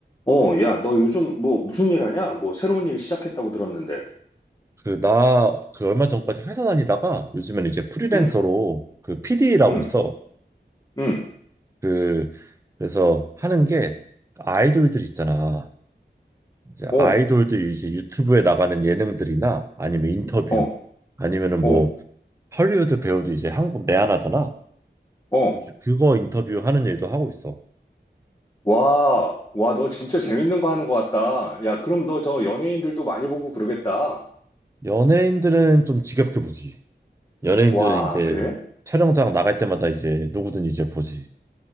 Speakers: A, on the left (about 20°); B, on the right (about 15°).
A: 어, 야, 너 요즘 뭐 무슨 일 하냐? 뭐 새로운 일 시작했다고 들었는데.
B: 그, 나, 그 얼마 전까지 회사 다니다가 요즘엔 이제 프리랜서로
A: 응,
B: 그 PD 라고
A: 응,
B: 있어.
A: 응.
B: 그, 그래서 하는 게 아이돌들 있잖아. 이제
A: 어,
B: 아이돌들 이제 유튜브에 나가는 예능들이나 아니면 인터뷰
A: 어,
B: 아니면은
A: 어,
B: 뭐 헐리우드 배우도 이제 한국 내한하잖아.
A: 어.
B: 이제 그거 인터뷰하는 일도 하고 있어.
A: 와, 와, 너 진짜 재밌는 거 하는 것 같다. 야, 그럼 너 저 연예인들도 많이 보고 그러겠다.
B: 연예인들은 좀 지겹게 보지. 연예인들은
A: 와,
B: 이제
A: 그래?
B: 촬영장 나갈 때마다 이제 누구든 이제 보지.